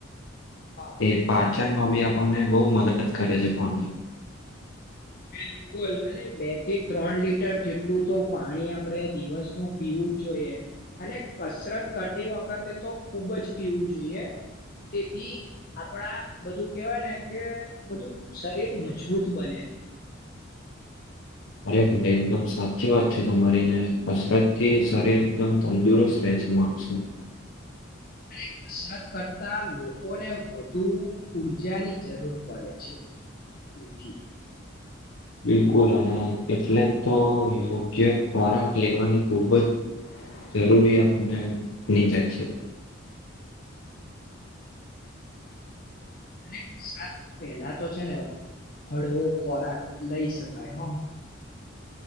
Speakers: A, on the left; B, on the left.
A: હા
B: એક પા કિચનમાં બી આપણને બહ મદદ કરે છે પાની.
A: બિલકુલ અને બે થી ત્રણ લીટર જેટલું તો પાણી આપડે દિવસમાં પીવું જોઈએ અને કસરત કરતી વખતે તો ખુબ જ પીવું જોઈએ. તેથી આપણા બધું કેહેવાય ને કે બધું શરીર મજબૂત બને.
B: અરે ભરે એકદમ સાચી વાત છે તમારી ને કસરતથી શરીર એકદમ તંદુરસ્ત રહે. <inaudible>
A: <inaudible> અને કસરત કરતા લોકોને વધુ ઉર્જાની જરૂર પડે છે. તેથી
B: બિલકુલ. અને એટલે તો યોગ્ય ખોરાક લેવાની ખુબ જ જરૂરી આપણને બની જાય છે.
A: અને <unintelligible> પેલા તો છે ને હળવો ખોરાક લઈ શકાય, હા.